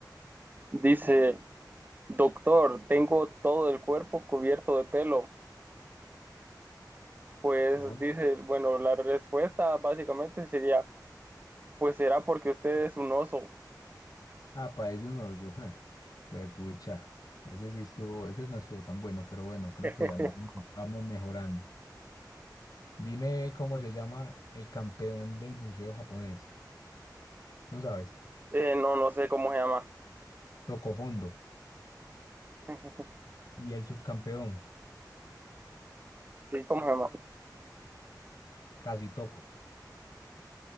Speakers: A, on the right (about 25°); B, on the left (about 55°).
A: Dice, doctor, tengo todo el cuerpo cubierto de pelo. Pues
B: Todo
A: dice, bueno, la respuesta básicamente sería, pues será porque usted es un oso.
B: Ah, parece un oso. <laughs> pucha. Ese sí estuvo, ese no estuvo tan bueno, pero bueno, creo
A: <laughs>
B: que vamos, vamos mejorando. Dime cómo se llama el campeón del buceo japonés. No sabes.
A: Eh, no, no sé cómo se llama.
B: Tocó fondo.
A: <laughs>
B: Y el subcampeón,
A: Sí, cómo se llama.
B: casi toco.